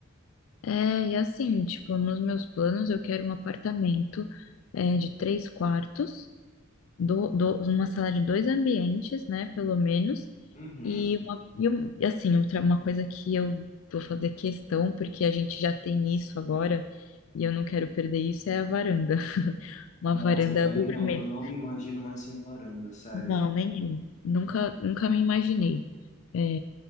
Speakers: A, on the left; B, on the left.
A: É, e assim, tipo, nos meus planos eu quero um apartamento é, de três quartos. do, do- uma sala de dois ambientes, né, pelo menos,
B: Uhum.
A: e, uma, e um- e, assim, outra, uma coisa que eu vou fazer questão, porque a gente já tem isso agora, e eu não quero perder isso, é a varanda. <laughs> Uma
B: Nossa,
A: varanda
B: eu também
A: gourmet.
B: não. Eu não me imagino mais sem varanda, sério.
A: Não, nenhum. Nunca, nunca me imaginei. É,